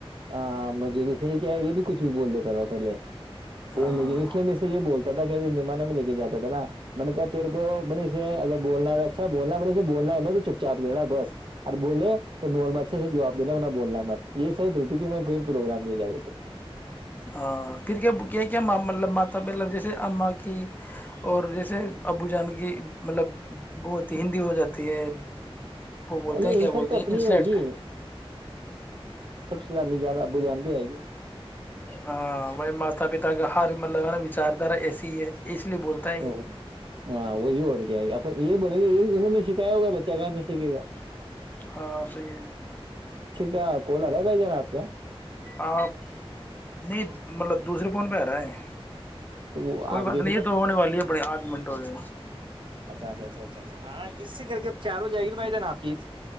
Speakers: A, on the right (about 55°); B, on the left (about 20°).
A: ہاں مجھے بھی صحیح کیا یہ بھی کچھ بھی بول دیتا تھا پہلے ب لیکن
B: ہاں
A: اس لیے میں سے یہ بولتا مہمانوں میں لے کے جاتا تھا نا کہ تے کو اگر بولنا اھا ب ب چپ چاپ لینا بس اور بول تو اچھ سے جوابینا ب یہ دیتی کہ میں کویں پروگرام لے جاے تھے
B: ہاں پھر کیا کیا کیا مطلب ماتا مطلب جیسے ااں کی اور جیسے ابو جان کی مطلب وہ ہوتی ہندی ہو جاتی ہے وہ بولتے
A: نہیں
B: ہیں
A: ان
B: کیا
A: سب
B: بولتے
A: تو اپنی
B: ہیں انسلیٹ
A: ہوئے گی سلامی جان آبو جان بھی ہیں گ
B: ہاں بھائی ماتا پتا کا ہر مطلب ہے نا وچاردارا ایسی ہے اس لیے بولتا ہے
A: ا
B: یہ
A: ہاں وہی ہو کے تو یہ بڑے یہ وں نے سکھایا ہوگا بچہ کا تو سیکھے گا
B: ہاں صحیح ہے
A: کا کولر ہے بھائی جانا آپ کے یہ
B: آ نہیں مطلب دوسرے فون پ رہا ہے
A: تو وہ آپ
B: کوئی بات
A: کے
B: نہیں
A: بھی
B: یہ تو ہونے والی اپنے آٹھ منٹ ہو گئے
A: اچھا اچھا اچھا ہاں اسی کر کے چار ہو جائے گی بھائی جانا آپ کی